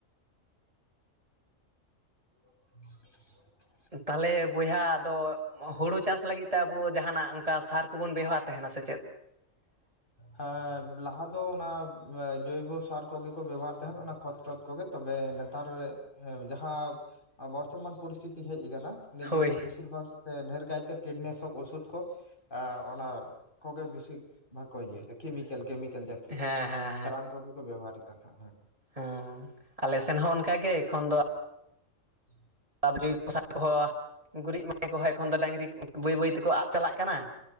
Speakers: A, on the left (about 40°); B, on the right (about 25°).
A: <unintelligible>
B: ᱛᱟᱦᱚᱞᱮ ᱵᱚᱭᱦᱟ ᱟᱫᱚ <inaudible> ᱦᱩᱲᱩ ᱪᱟᱥ ᱞᱟᱹᱜᱤᱫ ᱛᱮ ᱟᱵᱚ ᱡᱟᱦᱟᱱᱟᱜ ᱚᱱᱠᱟ ᱥᱟᱨ ᱠᱚᱵᱚᱱ ᱵᱮᱣᱦᱟᱨ ᱛᱟᱦᱮᱱᱟ ᱥᱮ ᱪᱮᱫ? <inaudible>
A: ᱟᱸ ᱞᱟᱦᱟ ᱫᱚ ᱚᱱᱟ ᱡᱳᱭᱵᱚ ᱥᱟᱨ ᱠᱚᱜᱮ ᱠᱚ ᱵᱮᱵᱚᱦᱟᱨ ᱛᱟᱦᱮᱱ ᱚᱱᱟ ᱠᱷᱚᱛ ᱴᱚᱛ ᱠᱚᱜᱮ ᱛᱚᱵᱮ ᱱᱮᱛᱟᱨ ᱡᱟᱦᱟᱸ ᱵᱚᱨᱛᱚᱢᱟᱱ ᱯᱚᱨᱤᱥᱛᱷᱤᱛᱤ ᱦᱮᱡ ᱟᱠᱟᱱᱟ ᱱᱤᱛ
B: ᱦᱳᱭ
A: ᱫᱚ ᱦᱟᱸᱜ ᱵᱮᱥᱤᱨ ᱵᱷᱟᱜᱽ ᱥᱮ ᱰᱷᱮᱨ ᱠᱟᱭᱛᱮ ᱠᱤᱴᱱᱟᱥᱚᱠ ᱚᱥᱩᱫᱽ ᱠᱚ ᱚᱱᱟ ᱠᱚᱜᱮ ᱵᱮᱥᱤ ᱵᱟᱠᱚ <unintelligible> ᱠᱮᱢᱤᱠᱮᱞ ᱠᱮᱢᱤᱠᱮᱞ ᱡᱟᱛᱤᱭ
B: ᱦᱮᱸ ᱦᱮᱸ
A: ᱨᱟᱱ ᱠᱚᱜᱮᱠᱚ ᱵᱮᱵᱷᱟᱨᱮᱫᱟ ᱱᱟᱜ ᱠᱷᱟᱱ
B: ᱦᱚᱸ ᱟᱞᱮ ᱥᱮᱱ ᱦᱚᱸ ᱚᱱᱠᱟᱜᱮ ᱮᱠᱷᱚᱱ ᱫᱚ
A: <inaudible>
B: <unintelligible> ᱠᱚᱦᱚᱸ ᱮᱠᱷᱚᱱ ᱫᱚ ᱰᱟᱹᱝᱨᱤ ᱵᱟᱹᱭ ᱵᱟᱹᱭ ᱛᱮᱠᱚ ᱟᱫ ᱪᱟᱞᱟᱜ ᱠᱟᱱᱟ